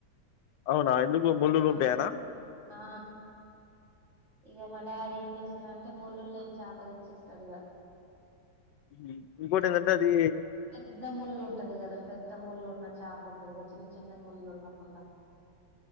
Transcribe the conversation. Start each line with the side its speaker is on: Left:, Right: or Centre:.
Left: అవునా ఎందుకు ముళ్ళలు ఉంటాయనా
Right: ఆ ఆ ఇక మా డాడీ ఏం చేస్తాడంటే మూలలు లేని చేప తెచ్చేస్తాడు ఇక
Left: ఉమ్ ఇంకోటి ఎంధాంటే అది
Right: పెద్ద ముళ్ళు ఉంటది కదా పెద్ద ముళ్ళు ఉన్న చాప ఉంటదిద చిన్న చిన్న ముళ్ళ ఉండకుండా